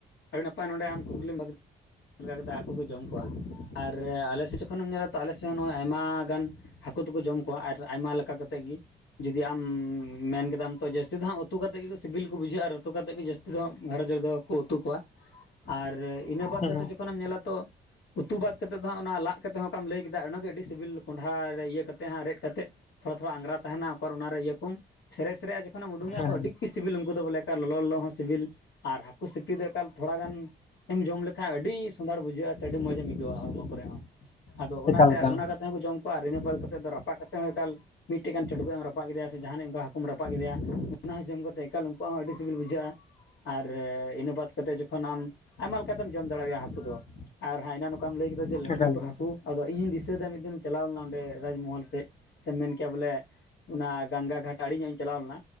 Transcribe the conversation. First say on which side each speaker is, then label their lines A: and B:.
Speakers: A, on the left; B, on the left.
A: ᱟᱹᱰᱤ ᱱᱟᱯᱟᱭ ᱱᱚᱰᱮ ᱟᱢ ᱠᱩᱠᱞᱤᱢ ᱵᱷᱟᱹᱜᱤ ᱪᱮᱜ ᱞᱮᱠᱟ ᱠᱟᱛᱮᱫ ᱦᱟᱠᱩ ᱠᱚ ᱡᱚᱢ ᱠᱚᱣᱟ ᱟᱨ ᱟᱞᱮᱥᱮᱫ ᱡᱚᱠᱷᱚᱱᱮᱢ ᱧᱮᱞᱟ ᱛᱚ ᱟᱞᱮ ᱥᱮᱫ ᱦᱚᱸ ᱱᱚᱜ ᱚᱭ ᱟᱭᱢᱟ ᱜᱟᱱ ᱦᱟᱠᱩ ᱫᱚ ᱠᱚ ᱡᱚᱢ ᱠᱚᱣᱟ ᱟᱨ ᱟᱭᱢᱟ ᱞᱮᱠᱟ ᱠᱟᱛᱨᱜ ᱜᱤ ᱡᱩᱫᱤ ᱟᱢ ᱢᱮᱱ ᱠᱮᱫᱟᱢ ᱛᱚ ᱡᱟᱹᱥᱛᱤ ᱫᱚ ᱦᱟᱜ ᱩᱛᱩ ᱠᱟᱛᱮᱜ ᱜᱮᱠᱚ ᱥᱤᱵᱤᱞ ᱠᱚ ᱵᱩᱡᱷᱟᱹᱜ-ᱟ ᱟᱨ ᱩᱛᱩ ᱠᱟᱛᱮᱜ ᱜᱮ ᱡᱟᱹᱥᱛᱤ ᱫᱚ ᱜᱷᱟᱨᱚᱸᱡᱽ ᱨᱮ ᱫᱚ ᱠᱚ ᱩᱛᱩ ᱠᱚᱣᱟ ᱟᱨ ᱤᱱᱟᱹ ᱵᱟᱫ
B: ᱦᱮᱸ
A: ᱠᱟᱛᱮ ᱡᱚᱠᱷᱚᱱᱮᱢ ᱧᱮᱞᱟ ᱛᱚ ᱩᱛᱩ ᱵᱟᱫᱽ ᱠᱟᱛᱮᱫ ᱫᱚ ᱦᱟᱸᱜ ᱚᱱᱟ ᱞᱟᱜ ᱠᱟᱛᱮ ᱦᱚᱸ ᱚᱠᱟᱢ ᱞᱟᱹᱭ ᱠᱮᱫᱟ ᱚᱱᱟᱜᱮ ᱟᱹᱰᱤ ᱥᱤᱵᱤᱞ ᱠᱚᱸᱰᱷᱟ ᱨᱮ ᱤᱭᱟᱹ ᱠᱟᱛᱮ ᱦᱟᱸᱜ ᱨᱮᱫ ᱠᱟᱛᱮᱜ ᱛᱷᱚᱲᱟ ᱛᱷᱚᱲᱟ ᱟᱝᱜᱽᱨᱟ ᱛᱟᱦᱮᱱᱟ ᱚᱠᱚᱨ ᱚᱱᱟᱨᱮ ᱤᱭᱟᱹ ᱠᱚᱢ ᱥᱮᱨᱮ ᱥᱮᱨᱮᱜ-ᱟ ᱡᱚᱠᱷᱚᱱᱮᱢ ᱩᱰᱩᱝ
B: ᱦᱮᱸ
A: ᱟᱛᱚ ᱫᱚ ᱟᱹᱰᱤᱜ ᱜᱤ ᱥᱤᱵᱤᱞ ᱩᱱᱠᱩ ᱫᱚ ᱵᱚᱞᱮ ᱠᱚ ᱞᱚᱞᱚ ᱦᱚᱸ ᱥᱤᱵᱤᱞ ᱟᱨ ᱦᱟᱠᱩ ᱥᱤᱯᱤ ᱫᱚ ᱮᱠᱟᱞ ᱛᱷᱚᱲᱟ ᱜᱟᱱ ᱮᱢ ᱡᱚᱢ ᱞᱮᱠᱷᱟᱜ ᱟᱹᱰᱤ ᱥᱚᱱᱫᱷᱟᱲ ᱵᱩᱡᱷᱟᱹᱜ-ᱟ ᱥᱮ ᱟᱹᱰᱤ ᱢᱚᱡᱽ ᱮᱢ ᱤᱭᱠᱟᱹᱣᱟ ᱦᱚᱲᱢᱚ ᱠᱚ ᱨᱮ ᱦᱚᱸ ᱟᱫᱚ ᱚᱱᱟᱛᱮ
B: ᱮᱠᱟᱞ ᱮᱠᱟᱞ
A: ᱚᱱᱟ ᱠᱟᱛ ᱛᱮᱦᱚᱸ ᱠᱚ ᱡᱚᱢ ᱠᱚᱣᱟ ᱟᱨ ᱤᱱᱟᱹ ᱵᱟᱫᱽ ᱠᱟᱛᱮᱫ ᱫᱚ ᱨᱟᱯᱟᱜ ᱠᱟᱛᱮ ᱦᱚᱸ ᱮᱠᱟᱞ ᱢᱤᱜ ᱴᱮᱜ ᱜᱟᱱ ᱪᱚᱰᱜᱚᱡ ᱮᱢ ᱨᱟᱯᱟᱜ ᱠᱮᱫᱮᱭᱟ ᱥᱮᱡᱟᱦᱟᱱᱤᱡ ᱚᱱᱠᱟ ᱦᱟᱠᱩ ᱨᱟᱯᱟᱜ ᱠᱮᱫᱮᱭᱟ ᱚᱱᱟ ᱦᱚᱸ ᱡᱚᱢ ᱠᱟᱛᱮ ᱮᱠᱟᱞ ᱩᱱᱠᱩᱣᱟᱜ ᱦᱚᱸ ᱟᱹᱰᱤ ᱥᱤᱵᱤᱞ ᱵᱩᱡᱷᱟᱹᱜᱼᱟ ᱾ ᱟᱨ ᱤᱱᱟᱹ ᱵᱟᱫᱽ ᱠᱟᱛᱮ ᱡᱚᱠᱷᱚᱱ ᱱᱟᱢ ᱟᱭᱢᱟ ᱞᱮᱠᱟᱛᱮᱢ ᱡᱚᱢ ᱫᱟᱲᱮᱣᱟᱭᱟ ᱦᱟᱹᱠᱩ ᱫᱚ ᱟᱨ ᱦᱟᱸᱜ ᱮᱱᱟᱱ‌ ᱚᱠᱟ ᱛᱟᱢ ᱞᱟᱹᱭ ᱠᱮᱫᱟ ᱡᱮ ᱞᱟᱹᱴᱩ
B: ᱮᱠᱟᱞ
A: ᱞᱟᱹᱴᱩ
B: ᱮᱠᱟᱞ
A: ᱦᱟᱹᱠᱩ ᱟᱫᱚ ᱤᱧ ᱦᱚᱹᱧ ᱫᱤᱥᱟᱹᱭ ᱫᱟ ᱢᱤᱫ ᱫᱤᱱᱤᱧ ᱪᱟᱞᱟᱣ ᱞᱮᱱᱟ ᱚᱸᱰᱮ ᱨᱟᱡᱽᱢᱚᱦᱚᱞ ᱥᱮᱫ ᱥᱮᱢ ᱢᱮᱱ ᱠᱮᱭᱟ ᱵᱚᱞᱮ ᱚᱱᱟ ᱜᱟᱝᱜᱟ ᱜᱷᱟᱴ ᱟᱲᱤ ᱧᱚᱜ ᱤᱧ ᱪᱟᱞᱟᱣ ᱞᱮᱱᱟ